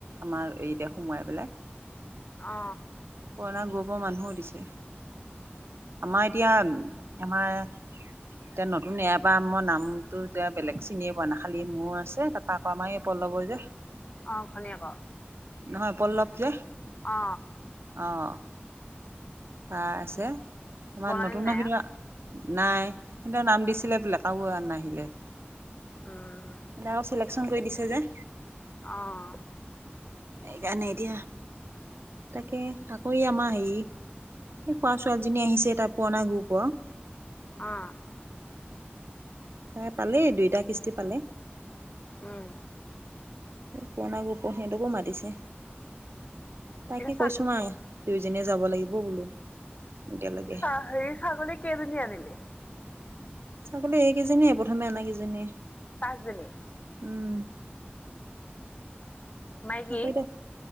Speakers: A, on the right; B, on the left.
A: আমাৰ এইতে সোমোৱাই পেলাই।
B: অ
A: পুৰণা গ্ৰূপৰ মানুহো দিছে আমাৰ এতিয়া আমাৰ। এতিয়া নতুন এয়াপা মই নামটো এতিয়া বেলেগ চিনিয়ে পোৱা না খালি মোৰ আছে তাৰপ, পা আমাৰ এই পল্লবৰ যে,
B: অ ভনীয়েকৰ,
A: নহয় পল্লৱ যে,
B: অ
A: অ তাৰ আছে আমাৰ
B: বৰ্ণালী
A: নতুন
B: নাই
A: ভিতৰত,
B: আ?
A: নাই সিহঁতৰ নাম দিছিলে বোলে কাৰো নাম নাহিলে।
B: উম
A: নাম চিলেকছন কৰি দিছে যে।
B: অ'
A: সেইকাৰণে এতিয়া তাকে আকৌ এই আমাৰ হে, এই খোৱা ছোৱালজনী আহিছে এটা পুৰণা গ্ৰুপৰ।
B: অ'
A: তাই পালেই দুইটা কিস্তি পালে।
B: উম।
A: পুৰণা গোপ সিহঁতকো মাতিছে। তাকে
B: এতিয়া ছাগ
A: কৈছো <unintelligible> দুয়োজনীয়ে যাব লাগিব বোলো এতিয়ালৈকে।
B: ছা হেৰি ছাগলী কেইজনী আনিলি?
A: ছাগলী এইকেইজনীয়ে, প্ৰথমে আনা কেইজনীয়ে।
B: পাঁচজনী?
A: উম
B: মাইকী
A: আ, কৈ দে,